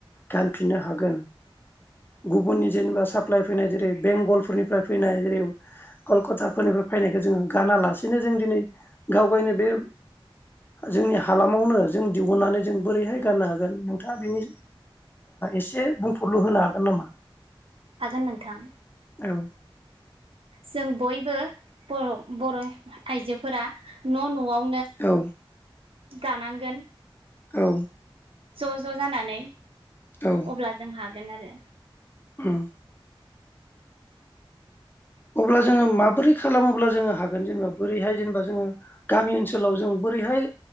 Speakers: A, on the left; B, on the right.
A: गानफिननो हागोन। गुबुननि जेनेबा साप्लाइ फैनाय जेरै बेंगलफोरनिफ्राय फैनाय जेरै कलकाताफोरनिफ्राय फैनायखौ जोङो गानालासेनो जों दिनै गाव गावनो बे जोंनि हालामावनो जों दिहुननानै जों बोरैहाय गाननो हागोन नोंथाङा बेनि एसे बुंफोरल' होनो हागोन नामा?
B: हागोन नोंथां।
A: औ
B: जों बयबो बर' आइजोफोरा न' न'आव
A: औ
B: दानांगोन।
A: औ
B: ज' ज' जानानै
A: औ
B: अब्ला जों हागोन आरो।
A: उम अब्ला जोङो माबोरै खालामोब्ला जोङो हागोन जेनेबा बोरैहाय जेनेबा जोङो गामि ओनसोलाव जों। बोरैहाय?